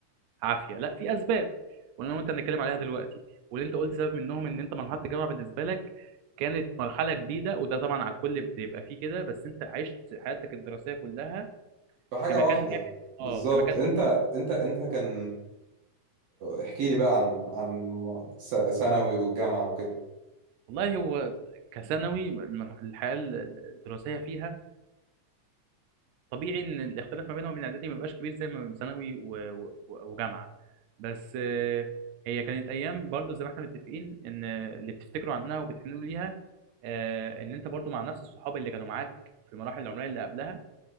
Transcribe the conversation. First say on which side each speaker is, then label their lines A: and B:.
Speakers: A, on the right (about 80°); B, on the right (about 65°).
A: عافيه لا في اسباب وانا وانت هنتكلم عليها دلوقتي واللي انت قلت سبب منهم ان انت مرحله الجامعه بالنسبه لك كانت مرحله جديده وده طبعا على الكل بيبقى فيه كده بس انت عشت حياتك الدراسيه كلها
B: فحاجة
A: في مكان
B: واحدة
A: واحد
B: بالظبط
A: اه في مكان
B: أنت
A: واحد
B: أنت أنت كان احكي لي بقى عن عن س- ثانوي والجامعة وكده
A: والله هو كثانوي الحياه الدراسيه فيها طبيعي ان الاختلاف ما بينهم وبين اعدادي ما بيبقاش كبير زي ما بين ثانوي و- و- وجامعه بس آه، هي كانت ايام برضو زي ما احنا متفقين ان اللي بتفتكروا عنها وبتحنوا ليها آه، ان انت برضو مع نفس الصحاب اللي كانوا معاك في المراحل العمريه اللي قبلها